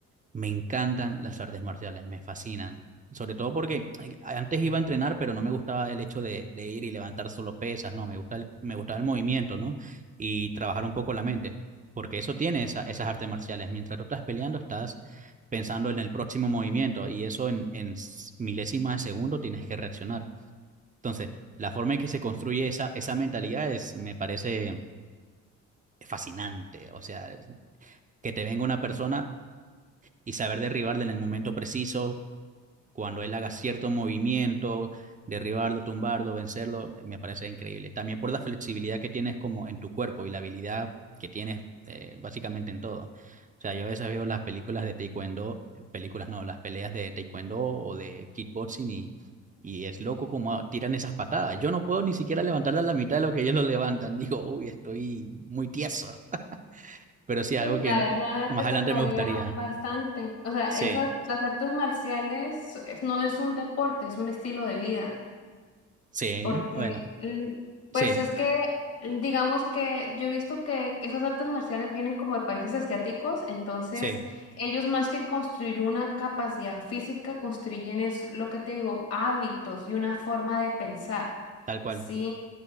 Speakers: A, on the right; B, on the left.
A: Me encantan las artes marciales, me fascinan. Sobre todo porque ay, antes iba a entrenar, pero no me gustaba el hecho de, de ir y levantar solo pesas, no, me gusta el, me gustaba el movimiento, ¿no? Y trabajar un poco la mente, porque eso tiene esa- esas artes marciales. Mientras tú estás peleando, estás pensando en el próximo movimiento y eso en, en s- milésimas de segundo tienes que reaccionar. Entonces, la forma en que se construye esa, esa mentalidad es, me parece fascinante. O sea, que te venga una persona y saber derribarla en el momento preciso, cuando él haga cierto movimiento, derribarlo, tumbarlo, vencerlo, me parece increíble. También por la flexibilidad que tienes como en tu cuerpo y la habilidad que tienes eh, básicamente en todo. O sea, yo a veces veo las películas de taekwondo, películas no, las peleas de taekwondo o de kickboxing y, y es loco como tiran esas patadas. Yo no puedo ni siquiera levantarlas a la mitad de lo que ellos lo levantan. <laughs> Digo, uy, estoy muy tieso. Pero sí, algo
B: Pues la
A: que
B: verdad
A: más
B: te
A: adelante
B: tocaría
A: me gustaría.
B: bastante. O sea,
A: Sí,
B: esas, las artes marciales es- no es un deporte, es un estilo de vida.
A: Sí,
B: Porque,
A: bueno,
B: mm, pues
A: sí,
B: es que, mm, digamos que yo he visto que esas artes marciales vienen como de países asiáticos, entonces
A: sí.
B: ellos más que construir una capacidad física, construyen es lo que te digo, hábitos y una forma de pensar,
A: tal cual.
B: ¿sí?